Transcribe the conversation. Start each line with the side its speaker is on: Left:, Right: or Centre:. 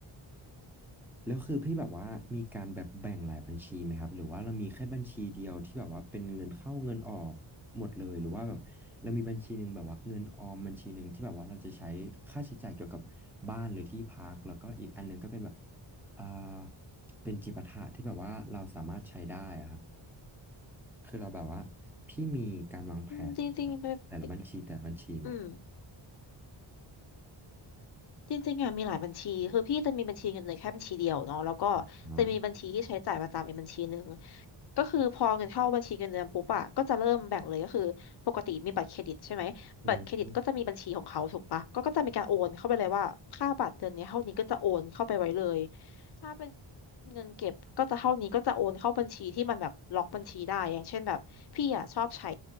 Centre: แล้วคือพี่แบบว่ามีการแบบแบ่งหลายบัญชีไหมครับหรือว่าเรามีแค่บัญชีเดียวที่แบบว่าเป็นเงินเข้าเงินออกหมดเลยหรือว่าแบบเรามีบัญชีหนึ่งแบบว่าเงินออมบัญชีหนึ่งที่แบบว่าเราจะใช้ค่าใช้จ่ายเกี่ยวกับบ้านหรือที่พักแล้วก็อีกอันหนึงก็เป็นแบบอ่าเป็นจิปาถะที่แบบว่าเราสามารถใช้ได้อะครับคือเราแบบว่าพี่มีการวางแผนครับแต่ละบัญชีแต่ละบัญชีไหมครับ
Left: อืมจริงๆเป็นอืม จริงๆอะมีหลายบัญชีคือพี่จะมีบัญชีเงินเดือนแค่บัญชีเดียวเนาะแล้วก็
Centre: อ๋อ
Left: จะมีบัญชีที่ใช้จ่ายประจำอีกบัญชีหนึ่งก็คือพอเงินเข้าบัญชีเงินเดือนปุ๊บอะก็จะเริ่มแบ่งเลยก็คือปกติมีบัตรเครดิตใช่ไหมบัตรเครดิตก็จะมีบัญชีของเขาถูกปะก็ก็จะมีการโอนเข้าไปเลยว่าค่าบัตรเดือนนี้เท่านี้ก็จะโอนเข้าไปไว้เลย
Centre: อืม
Left: ถ้าเป็นเงินเก็บก็จะเท่านี้ก็จะโอนเข้าบัญชีที่มันแบบล็อกบัญชีได้อย่างเช่นแบบพี่อะชอบใช้